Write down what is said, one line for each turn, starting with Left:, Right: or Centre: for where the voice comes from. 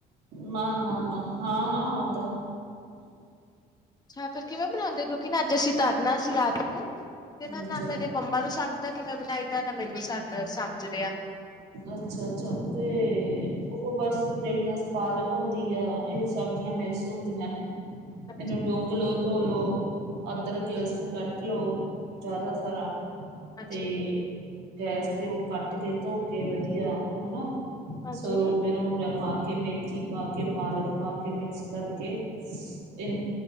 Right: ਨਾ ਨਾ ਨਾ ਹਾਂ ਹਾਂ ਆਉਂਦਾ।
Left: ਹਾਂ ਫਿਰ ਕਿਵੇਂ ਬਣਾਉਂਦੇ? ਕਿਉਂਕਿ ਅੱਜ ਅਸੀਂ ਤਰਨਾ ਸੀ ਰਾਤ ਨੂੰ ਤੇ ਨਾਂ
Right: ਅੱਛਾ
Left: ਨਾਲ ਮੈਂ। ਮੰਮਾ ਨੂੰ ਸਮਝਦਾ ਕਿਵੇਂ ਬਣਾਈ ਦਾ ਤੇ ਨਾਂ ਮੈਨੂੰ ਸਮਝ ਰਿਹਾ।
Right: ਅੱਛਾ ਅੱਛਾ ਤੇ ਉਹ ਬਸ ਜਿਹੜੀਆਂ ਪਾਲਕ ਹੁੰਦੀ ਆ ਇਹ ਸਬਜ਼ੀਆਂ ਮੇ ਸੁਣ ਦੀਆਂ ਨੇ।
Left: ਹਾਂਜੀ
Right: ਇਹਨੂੰ ਡੂੰਘ ਲੋ ਧੋ ਲੋ ਅਦਰਕ ਲਸਣ ਕੱਟ ਲੋ। ਜ਼ਿਆਦਾ ਸਾਰਾ
Left: ਹਾਂਜੀ
Right: ਤੇ ਗੈਸ ਤੇ ਉਹ ਕੱਟ ਕੇ ਧੋ ਕੇ ਵਧੀਆ ਹਨਾ
Left: ਹਾਂਜੀ
Right: ਸਰੋਂ ਬਰੋਂ ਪਾ ਕੇ ਮੇ ਥੀ ਪਾ ਕੇ ਪਾਲਕ ਪਾ ਕੇ ਮਿਕਸ ਕਰਕੇ ਇਹ